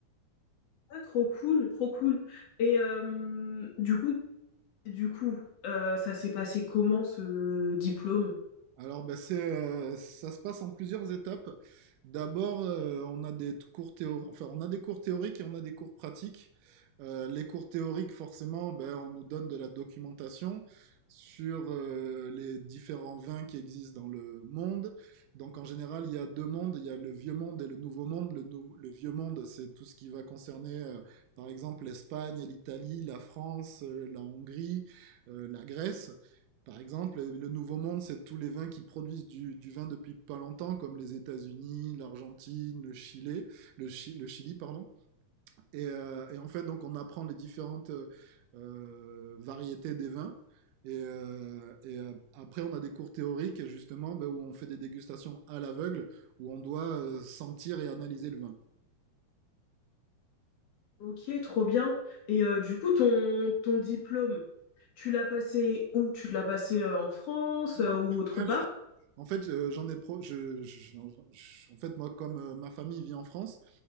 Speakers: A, on the left (about 60°); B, on the right (about 85°).
A: Ah, trop cool, trop cool. Et euh, du coup, du coup, euh, ça s'est passé comment ce diplôme?
B: Alors, ben, c'est, euh, ça se passe en plusieurs étapes. D'abord, euh, on a des cours théo- enfin, on a des cours théoriques et on a des cours pratiques. Euh, les cours théoriques, forcément, ben, on nous donne de la documentation sur euh, les différents vins qui existent dans le monde. Donc, en général, il y a deux mondes. Il y a le vieux monde et le nouveau monde. Le, nou- le vieux monde, c'est tout ce qui va concerner, euh, par exemple, l'Espagne, l'Italie, la France, euh, la Hongrie, euh, la Grèce. Par exemple, le Nouveau Monde, c'est tous les vins qui produisent du, du vin depuis pas longtemps, comme les États-Unis, l'Argentine, le Chili, le, Chi- le Chili, pardon. Et, euh, et en fait, donc, on apprend les différentes euh, variétés des vins. Et, euh, et, euh, après, on a des cours théoriques, justement, ben, où on fait des dégustations à l'aveugle, où on doit euh, sentir et analyser le vin.
A: Ok, trop bien. Et euh, du coup, ton, ton diplôme, tu l'as passé où? Tu l'as passé euh, en France
B: Non.
A: euh, ou autre
B: Ouais,
A: part?
B: En fait, euh, j'en ai pro... je, je- je- je- en fait, moi, comme euh, ma famille vit en France,